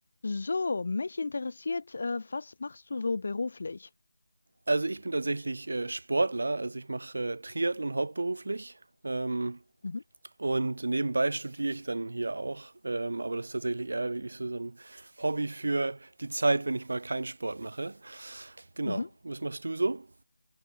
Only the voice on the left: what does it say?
So, mich interessiert, äh, was machst du so beruflich?
Mhm.
Mhm.